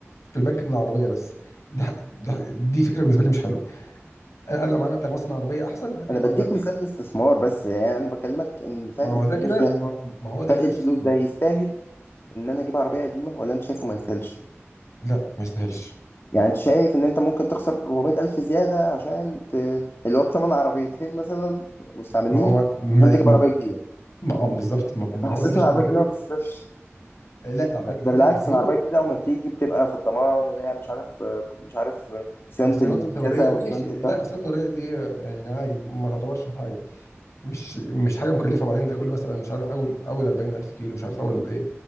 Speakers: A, on the left (about 80°); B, on the left (about 55°).
A: في البنك العربيه بس دي, ح- ده- دي فكره بالنسبه لي مش حلوه انا أنا لو معايا مبلغ مثلا عربيه احسن هجيب
B: انا بديك
A: العربيه الاحسن
B: مثال الاستثمار بس يعني انا بكلمك ان فرق
A: ما هو
B: الفلوس
A: ده كده
B: ده
A: ما ما هو ده
B: فرق
A: كده
B: الفلوس
A: مش
B: ده يستاهل ان انا اجيب عربيه قديمه ولا انت شايفه ما يستاهلش
A: لا ما يستاهلش
B: يعني انت شايف ان انت ممكن تخسر 400 الف زياده عشان ت... اللي هو بثمن عربيتين مثلا مستعملين
A: ما هو ما
B: عشان تجيب
A: ما
B: عربيه جديده
A: ما آه، بالظبط ما ما
B: انت حاسسني
A: هو ده مش
B: العربيه
A: بالنسبه
B: الجديده
A: لي
B: ما بتصرفش
A: آه، لا العربيه
B: ده,
A: جديده
B: ده بالعكس
A: زيرو
B: إن العربيه الجديده اول ما بتيجي بتبقى في الضمان وليها مش عارف مش عارف صيانه
A: آه، صيانات
B: الكذا
A: الدوريه ماشي
B: وصيانه
A: لا
B: الكذا
A: الصيانات الدوريه دي آه، يعني عادي ما تعتبرش حاجه مش مش حاجه مكلفه وبعدين ده كل مثلا مش عارف اول اول 40000 كيلو مش عارف اول ايه